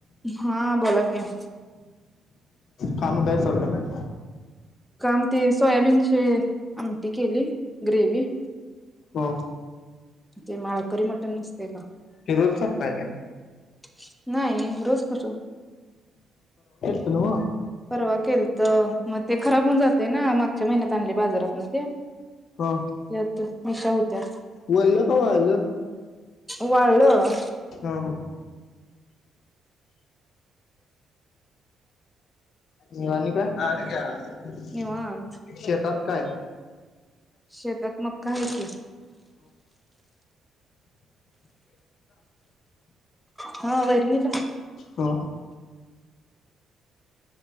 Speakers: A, in the centre; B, on the left (about 65°).
A: ह्या बोला की
B: काम काय चालू हाय.
A: काम ते सोयाबीन <unintelligible> आमटी केली. ग्रेवी
B: हा
A: ते माळकरी मटण नसतय का
B: हे रोज करताय काय
A: <inaudible> नाही रोज कसो
B: तलवा
A: परवा केलत. म ते खराब होऊन जातय ना मागच्या महिन्यात आणलय बाजारातन ते
B: हा
A: यात मिरच्या होत्या.
B: वल्ल का वाळलं
A: वाळं
B: हा हा निवानी <unintelligible>
A: निवांत
B: <inaudible> शेतात काय <inaudible>
A: शेतात मग काय की हा वैरणीला
B: हो